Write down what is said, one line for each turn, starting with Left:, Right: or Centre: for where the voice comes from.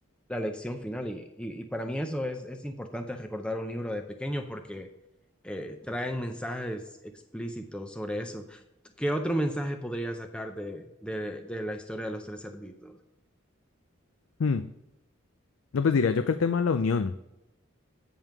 Centre: la lección final y, y- y para mí eso es, es importante recordar un libro de pequeño porque eh, traen mensajes explícitos sobre eso. ¿Qué otro mensaje podría sacar de, de- de la historia de los tres cerditos?
Left: Hmm. No, pues diría yo que el tema de la unión,